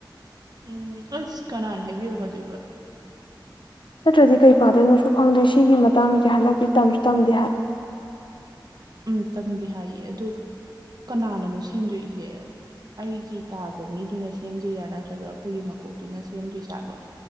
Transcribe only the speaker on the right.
ꯎꯝ ꯑꯁ ꯀꯅꯥꯅ ꯍꯥꯏꯕꯤꯔꯨꯒꯗꯣꯏꯕ꯫
ꯎꯝ ꯇꯝꯗꯤ ꯍꯥꯏꯌꯦ ꯑꯗꯨ ꯀꯅꯥꯅꯅꯣ ꯁꯦꯝꯗꯣꯏꯁꯦ꯫ ꯑꯩꯒꯤ ꯇꯥꯕ ꯃꯤꯗꯨꯅ ꯁꯦꯝꯗꯣꯏꯔꯥ ꯅꯠꯇ꯭ꯔꯒ ꯑꯈꯣꯏꯒꯤ ꯃꯀꯣꯛꯇꯨꯅ ꯁꯦꯝꯗꯣꯏꯖꯥꯠꯂꫭ꯫